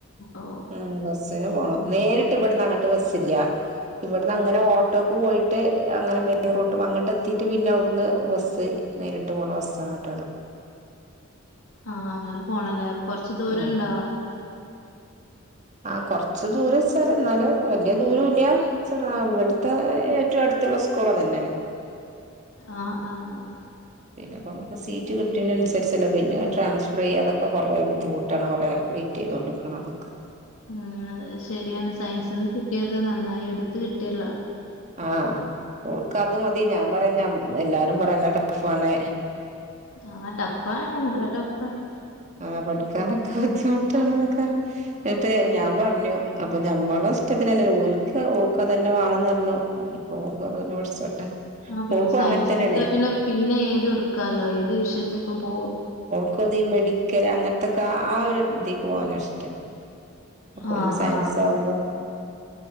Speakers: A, on the left (about 80°); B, on the right (about 35°).
A: ഓ
B: ഉം ബസ്സിനാ പോണു. നേരിട്ട് ഇവിടുന്ന് അങ്ങോട്ട് ബസ്സില്ല ഇവിടുന്ന് അങ്ങനെ ഓട്ടോ. അങ്ങ് പോയിട്ട് അങ്ങനെ മെയിൻ റോഡ് അങ്ങോട്ട് എത്തിയിട്ട് പിന്നെ അവിടുന്ന് ബസ്സ് നേരിട്ട് പോണ് ബസ് അങ്ങോട്ടാണ്.
A: ആഹ് അങ്ങനെ പോണല്ലേ കൊറച്ച് ദൂരയുണ്ടോ?
B: ഉം ആഹ് കൊറച്ച് ദൂരം സാർ എന്നാലും വല്യ ദൂരല്ല. സാറ ഇവിടുത്തെ ഏറ്റവും അടുത്തുള്ള സ്കൂള് അത് തന്നെയാണ്.
A: ആഹ് ആഹ്
B: പിന്നെ കൊറെ ഒക്കെ സീറ്റ് കിട്ടണം അനുസരിച്ച് അല്ലേ പിന്നെ ട്രാൻസ്ഫർ ചെയ്യാ അതൊക്കെ ബുദ്ധിമുട്ടാണ് കൊറ. വെയിറ്റ് ചെയ്തു കൊടുക്കണം നമുക്ക്‌.
A: ഉം അതെ ശരിയാണ് സയൻസിന് കിട്ടിയത് നന്നായി എടുത്ത് കിട്ടിയല്ലോ.
B: ആഹ് ഓൾക്ക് അത് മതി ഞാൻ പറയുന്ന എല്ലാരും പറയുന്നു പോലെ ടഫ് ആണ്.
A: ആഹ് ടഫാണ് നല്ല ടഫാണ്.
B: ആഹ് പഠിക്കാനൊക്കെ ബുദ്ധിമുട്ടാണെന്നൊക്കെ. എന്നിട്ട് ഞാൻ പറഞ്ഞു അപ്പൊ ഞമ്മളെ ഇഷ്ടത്തിന് അല്ല ഓലുക്ക് ഓൾക്ക് അത് തന്നെ വേണെന്ന് പറഞ്ഞു. ഇനിപ്പോ ഓൾക്ക് അതെന്നെ പഠിച്ചോട്ടെ.
A: ആഹ് പിന്നെ
B: ഓൾക്കും
A: സയൻസ്
B: അങ്ങനെ തന്നെയാണ്
A: എടുത്താൽ പിന്നെ പിന്നെ ഏത് എടുക്കാലോ ഏത് വിഷയത്തേക്കും പോവാം.
B: അവള് അത് ഈ മെഡിക്കൽ അങ്ങനത്തൊക്കെ ആഹ് ഒരു ഇതിൽ പോകാന് ഇഷ്ടം. അപ്പൊ
A: ആഹ്
B: പിന്നെ സയൻസ്
A: ആഹ്
B: ആകുമ്പോ,